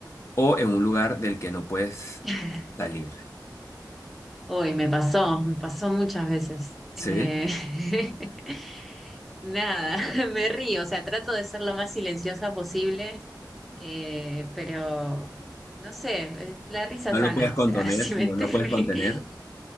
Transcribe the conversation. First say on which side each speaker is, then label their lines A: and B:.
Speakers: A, on the left (about 40°); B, in the centre.
A: o en un lugar del que no puedes
B: <laughs>
A: salir?
B: Uy, me pasó, me pasó muchas veces.
A: ¿Sí?
B: Eh, <laughs> nada, <laughs> me río, o sea, trato de ser lo más silenciosa posible, eh, pero no sé, eh, la risa
A: No
B: sana,
A: lo puedes contener,
B: o sea, <laughs> si me
A: no
B: estoy,
A: lo puedes
B: ri-
A: contener.